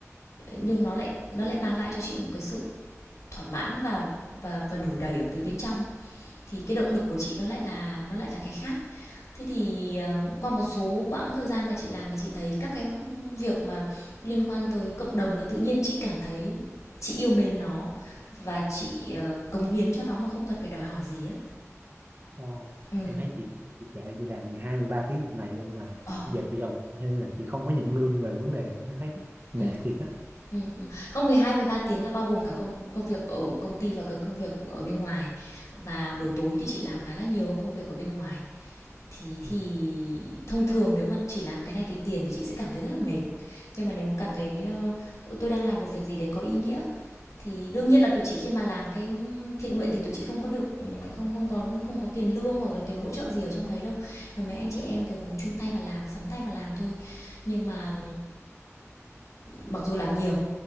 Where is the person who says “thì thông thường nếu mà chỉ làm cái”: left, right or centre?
Left